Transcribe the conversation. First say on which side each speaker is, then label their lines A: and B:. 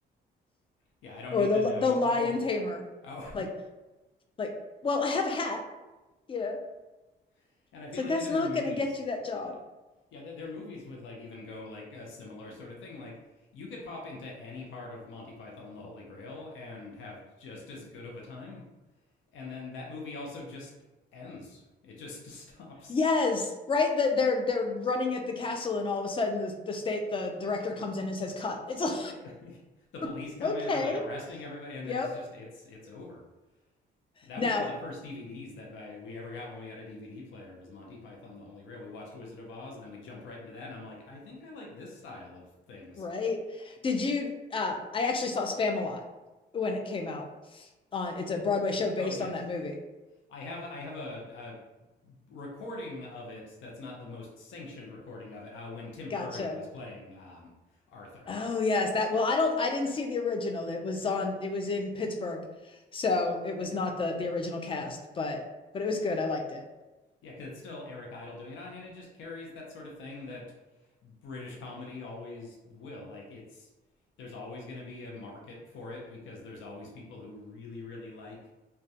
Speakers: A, on the left (about 75°); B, on the left (about 25°).
A: yeah, I don't
B: or
A: need
B: the
A: to know
B: the lion
A: all of,
B: tamer.
A: oh,
B: Like, Like, well, I have a hat, you know.
A: <laughs> and I feel
B: It's like
A: like
B: that's
A: even
B: not
A: their movies,
B: going to get you that job.
A: Yeah, th- their movies would like even go like a similar sort of thing. Like you could pop into any part of Monty Python and the Holy Grail and have just as good of a time. And then that movie also just ends. It just stops.
B: Yes, right. That they're they're running at the castle, and all of a sudden the, the state the director comes in and says cut. It's like
A: Yeah. <laughs> the police
B: <laughs>
A: come
B: okay,
A: in, they're like arresting everybody, and
B: yep.
A: then it's just it's it's over. That
B: Now,
A: was one of the first DVDs that I, we ever got when we got a DVD player was Monty Python and the Holy Grail. We watched Wizard of Oz and then we jumped right into that and I'm like, I think I like this style of things.
B: right? Did you? Uh, I actually saw Spam a lot when it came out. On it's a Broadway show based
A: Oh yes.
B: on that movie.
A: I have I have a, a recording of it that's not the most sanctioned recording of it uh, when Tim
B: Gotcha.
A: Curry was playing um, Arthur.
B: Oh yes, that. Well, I don't. I didn't see the original. It was on. It was in Pittsburgh, so it was not the the original cast, but but it was good. I liked it.
A: Yeah, because it's still Eric Idle doing it on, and it just carries that sort of thing that British comedy always will. Like it's there's always going to be a market for it because there's always people who really really like